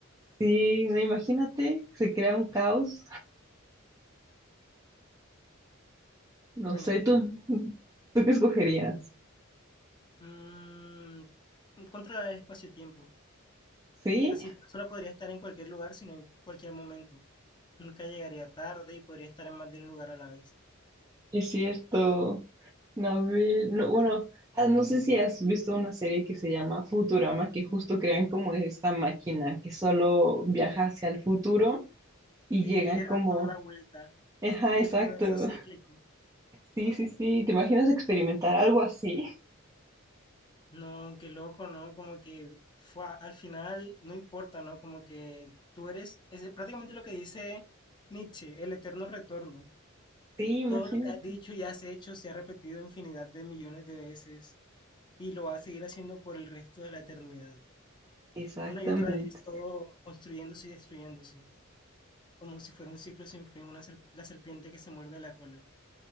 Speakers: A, on the right (about 15°); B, on the left (about 20°).
A: Sí, no, imagínate, se crea un caos. No
B: Bueno,
A: sé, tú, <laughs> ¿tú qué escogerías?
B: mm, controlar el espacio-tiempo.
A: ¿Sí?
B: Así solo podría estar en cualquier lugar, sino en cualquier momento. Nunca llegaría tarde y podría estar en más de un lugar a la vez.
A: Es cierto. No, ve- no, bueno, ah, no sé si has visto una serie que se llama Futurama, que justo crean como esta máquina que solo viaja hacia el futuro y
B: Sí,
A: llegan
B: y le
A: como,
B: dan toda la vuelta.
A: ajá,
B: El
A: exacto.
B: universo cíclico.
A: Sí, sí, sí. ¿Te imaginas experimentar algo así? <laughs>
B: No, qué loco, ¿no? Como que fue, al final no importa, ¿no? Como que tú eres, es prácticamente lo que dice Nietzsche, el eterno retorno.
A: Sí, imagínate.
B: Todo lo que has dicho y has hecho se ha repetido infinidad de millones de veces y lo va a seguir haciendo por el resto de la eternidad.
A: Exactamente.
B: Una y otra vez, todo construyéndose y destruyéndose, como si fuera un ciclo sin fin, una ser- la serpiente que se muerde la cola.